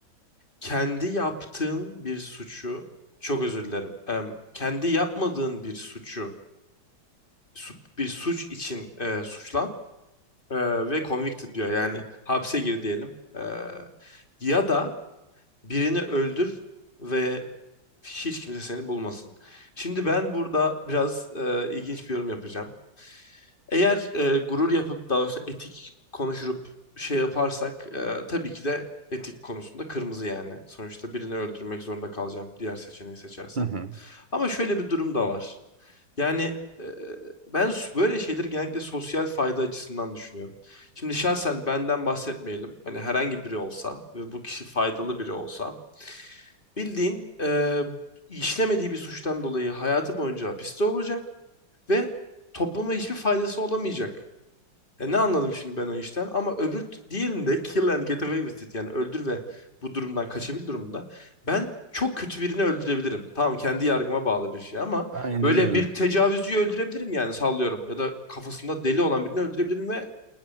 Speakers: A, on the left; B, on the right.
A: kendi yaptığın bir suçu, çok özür dilerim, e, kendi yapmadığın bir suçu, su- bir suç için e, suçlan e, ve convicted diyor. Yani hapse gir diyelim. E, ya da birini öldür ve Hiç kimse seni bulmasın. Şimdi ben burada biraz e, ilginç bir yorum yapacağım. Eğer e, gurur yapıp daha doğrusu etik konuşup şey yaparsak e, tabii ki de etik konusunda kırmızı yani. Sonuçta birini öldürmek zorunda kalacağım diğer seçeneği seçersem.
B: Hı hı.
A: Ama şöyle bir durum da var. Yani e, ben böyle şeyleri genellikle sosyal fayda açısından düşünüyorum. Şimdi şahsen benden bahsetmeyelim. Hani herhangi biri olsa ve bu kişi faydalı biri olsa Bildiğin e, işlemediği bir suçtan dolayı hayatı boyunca hapiste olacak ve topluma hiçbir faydası olamayacak. E ne anladım şimdi ben o işten? Ama öbür diğerinde kill and get away with it yani öldür ve bu durumdan kaçabil durumunda ben çok kötü birini öldürebilirim. Tamam kendi yargıma bağlı bir şey ama
B: Aynen
A: böyle
B: öyle.
A: bir tecavüzcüyü öldürebilirim yani sallıyorum ya da kafasında deli olan birini öldürebilirim ve